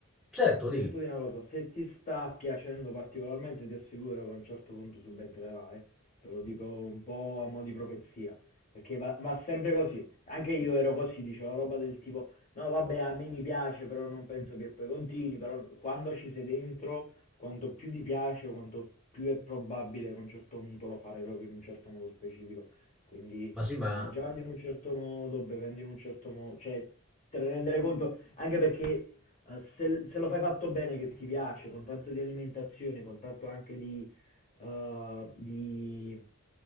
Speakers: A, in the centre; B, on the left.
A: Certo,
B: Ti
A: di,
B: posso dire una cosa. Se ti sta piacendo particolarmente, ti assicuro che a un certo punto subentrerà, eh. Te lo dico un po' a mo' di profezia. Perché va, va sempre così. Anche io ero così, dicevo roba del tipo, no vabbè, a me mi piace, però non penso che poi continui, però quando ci sei dentro, quanto più ti piace, quanto più è probabile che a un certo punto lo farai proprio in un certo modo specifico. Quindi
A: ma sì, ma
B: mangiando in un certo modo, bevendo in un certo modo, cioè te ne rendere conto, anche perché eh, se, se lo fai fatto bene, che ti piace, con tanto di alimentazione, con tanto anche di, eh, di